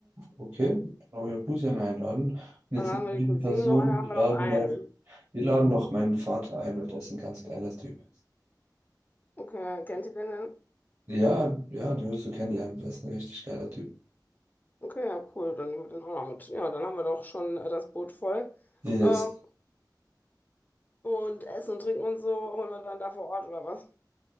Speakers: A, on the right (about 45°); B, on the left (about 25°).
A: okay. Genau, wir Rusian einladen. Und jetzt
B: Dann haben
A: noch
B: wir
A: eine
B: die Cousine
A: Person.
B: noch, eine haben
A: Wir
B: wir
A: laden
B: noch einen.
A: noch, wir laden noch meinen Vater ein, weil der ist ein ganz geiler Typ.
B: Okay, kennt ihr den denn?
A: Ja, ja, den wirst du kennenlernen. Der ist ein richtig geiler Typ.
B: Okay, ja, cool, dann nehmen wir den auch noch mit. Ja, dann haben wir doch schon äh, das Boot voll.
A: Yes.
B: Ähm, und Essen und Trinken und so holen wir dann da vor Ort, oder was?